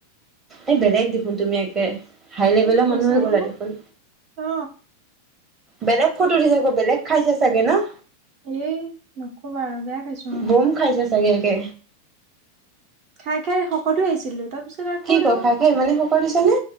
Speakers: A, on the right; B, on the right.
A: এই বেলেগ দেখোন, তুমি একে। হাই লেভেলৰ
B: এই কৈছাই
A: মানুহে গ'লা
B: নে
A: দেখোন?
B: অ
A: বেলেগ ফটো উঠি চাগে, বেলেগ খাইছে চাগে ন'!
B: এই নকবা আৰু বেয়া খাইছো মই
A: বম খাইছা চাগে একে
B: খাই -খাই সকলো আহিছিলোঁ। তাৰপিছত আকৌ
A: কি ক'!
B: দেখোন
A: খাই- খাই ইমানে শকত হৈছ নে?